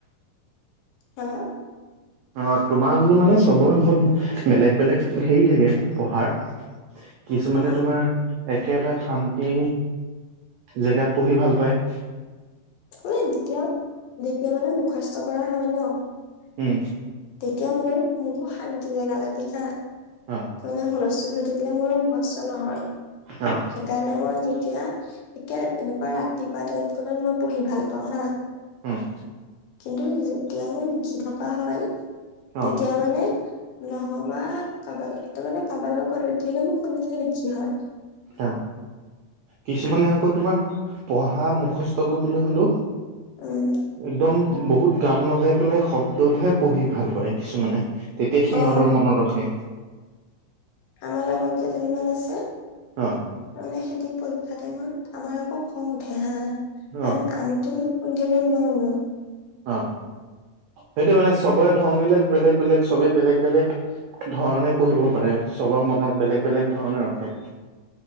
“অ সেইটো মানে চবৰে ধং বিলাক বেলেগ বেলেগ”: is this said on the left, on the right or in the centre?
Right